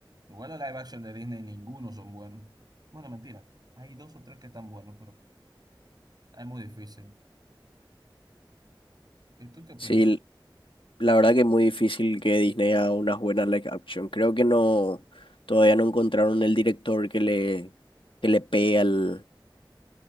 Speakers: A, on the right (about 50°); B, on the left (about 75°).
A: Igual los live action de Disney, ninguno son buenos. Bueno, mentira, hay dos o tres que están buenos, pero es muy difícil. ¿Y tú qué opinas?
B: Sí, la verdad que es muy difícil que Disney haga unas buenas live action. Creo que no, todavía no encontraron el director que le, que le pegue al,